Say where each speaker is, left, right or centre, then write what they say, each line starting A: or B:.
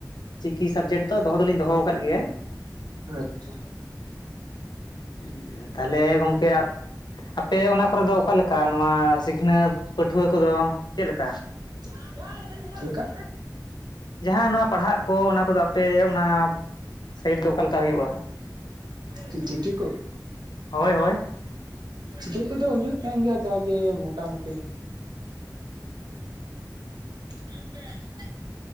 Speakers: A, on the left; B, on the right.
A: ᱪᱤᱠᱤ ᱥᱟᱵᱽᱡᱮᱠᱴ ᱫᱚ ᱫᱚᱦᱚ ᱫᱚᱞᱤᱧ ᱫᱚᱦᱚ ᱟᱠᱟᱫ ᱜᱮᱭᱟ᱾
B: ᱟᱪᱪᱷᱟ,
A: ᱦᱮᱸ, ᱛᱟᱦᱞᱮ ᱜᱚᱝᱠᱮ ᱟᱯᱮ ᱚᱱᱟ ᱠᱚᱨᱮ ᱫᱚ ᱚᱠᱟᱞᱮᱠᱟ ᱱᱚᱣᱟ ᱥᱤᱠᱷᱱᱟᱹᱛ ᱯᱟᱹᱴᱷᱩᱣᱟᱹ ᱠᱚᱫᱚ ᱪᱮᱜᱞᱮᱠᱟ?
B: ᱪᱮᱫ ᱞᱮᱠᱟ?
A: ᱡᱟᱦᱟᱸ ᱱᱚᱣᱟ ᱯᱟᱲᱦᱟᱜ ᱠᱚ ᱚᱱᱟ ᱠᱚᱫᱚ ᱟᱯᱮ ᱚᱱᱟ, ᱥᱟᱭᱤᱰ ᱫᱚ ᱚᱠᱟ ᱞᱮᱠᱟ ᱦᱩᱭᱩᱜᱼᱟ?
B: ᱪᱮᱫ ᱪᱤᱠᱤ ᱠᱚ?
A: ᱦᱳᱭ ᱦᱳᱭ
B: ᱪᱤᱠᱤ ᱠᱚᱫᱚ ᱦᱩᱭᱩᱜ ᱛᱟᱦᱮᱱ ᱜᱮᱭᱟ ᱡᱟᱜᱮ ᱢᱚᱴᱟᱢᱩᱴᱤ᱾ <unintelligible>